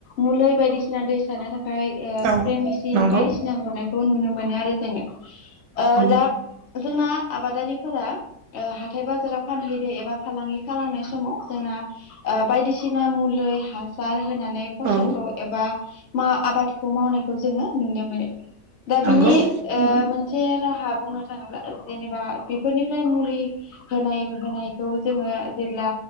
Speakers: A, on the left; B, on the right.
A: मुलै बायदिसिना दै सानो था खाय ओ
B: औ
A: स्प्रे मेसिन
B: नंगौ
A: बायदिसिना हरनायखौ नुनो मोनो आरो जोङो ओ
B: औ
A: दा जोंना आबादारिफोरा हाथाय बाजाराव फानहैदों एबा फालांगि खालामनाय समाव जोंना बायदिसिना मुलैै हासार होनानै फसलखौ
B: औ
A: एबा मा आबादखौ मावनायखौ जोङो नुनो मोनो। दा
B: नंगौ
A: बिनि ओ मोनसे राहा बुंनो थाङोब्ला जेनेबा बेफोरनिफ्राय मुलि होनाय होनाय खौ जोङो जेब्ला